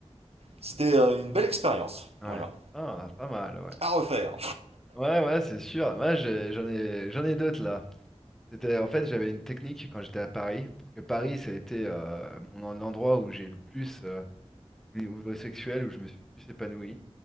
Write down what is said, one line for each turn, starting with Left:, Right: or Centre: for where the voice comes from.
Right: c'était euh, une belle expérience.
Centre: ouais.
Right: Voilà.
Centre: Ah, pas mal, ouais.
Right: À refaire.
Centre: Ouais, ouais, c'est sûr. Moi, j'ai- j'en ai, j'en ai d'autres là. C'était, en fait, j'avais une technique quand j'étais à Paris, parce que Paris, ça a été euh, mon en- l'endroit où j'ai le plus, euh, au niveau sexuel, où je me suis le plus épanoui,